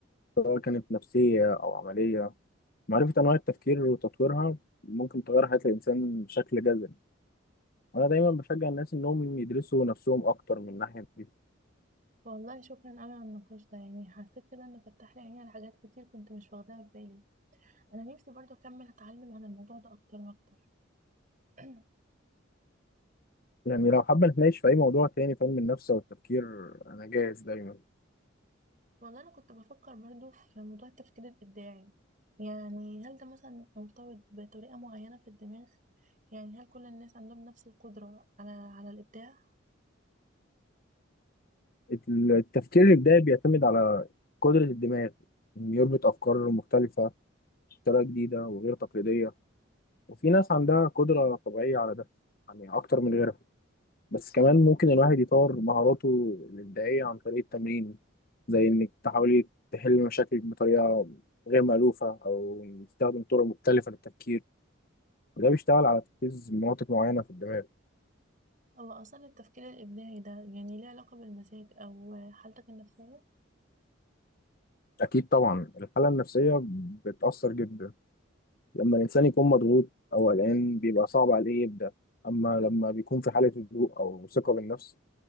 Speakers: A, on the left; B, on the right.
A: سواء كانت نفسية أو عملية معرفة أنواع التفكير وتطويرها ممكن تغير حياة الإنسان بشكل جذري وأنا دايما بشجع الناس إنهم يدرسوا نفسهم أكتر من الناحية دي
B: والله شكرا قوي على النقاش ده يعني حسيت كده ان فتح لي عيني على حاجات كتير كنت مش واخداها في بالي انا نفسي برضه اكمل اتعلم عن الموضوع ده اكتر واكتر <clears throat>
A: يعني لو حابة نتناقش في أي موضوع تاني فهم النفس أو التفكير أنا جاهز دايما
B: والله أنا كنت بفكر برضو في موضوع التفكير الإبداعي يعني هل ده مثلا مرتبط بطريقة معينة في الدماغ يعني هل كل الناس عندهم نفس القدرة على على الإبداع
A: التفكير الإبداعي بيعتمد على قدرة الدماغ إنه يربط أفكار مختلفة بطريقة جديدة وغير تقليدية وفي ناس عندها قدرة طبيعية على ده يعني أكتر من غيرها بس كمان ممكن الواحد يطور مهاراته الإبداعية عن طريق التمرين زي إنك تحاولي تحلي مشاكلك بطريقة غير مألوفة أو نستخدم طرق مختلفة للتفكير وده بيشتغل على تركيز مناطق معينة في الدماغ
B: أو أصلا التفكير الإبداعي ده يعني ليه علاقة بالمزاج أو حالتك النفسية
A: أكيد طبعا الحالة النفسية بتأثر جدا لما الإنسان يكون مضغوط أو قلقان بيبقى صعب عليه يبدأ أما لما بيكون في حالة هدوء أو ثقة بالنفس